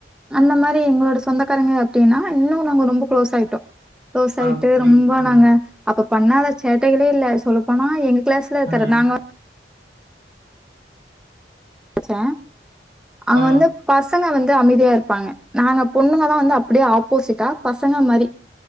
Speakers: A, in the centre; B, on the right.
A: அந்த மாரி எங்களோட சொந்தக்காரங்க அப்டின்னா இன்னு நாங்க ரொம்ப க்ளோஸ் ஆயிட்டோ க்ளோஸ்
B: ஆ
A: ஆயிட்டு
B: புரியுது
A: ரொம்ப
B: புரியுது
A: நாங்க அப்ப பண்ணாத சேட்டைகளே இல்ல சொல்லப்போனா எங்க கிளாஸ்ல இருக்கற
B: ம்
A: நாங்க வந் படிச்சே அங்க
B: ஆ
A: வந்து பச பசங்க வந்து அமைதியா இருப்பாங்க நாங்க பொண்ணுங்கதா வந்து அப்டியே ஆப்போசிட்டா பசங்க மாரி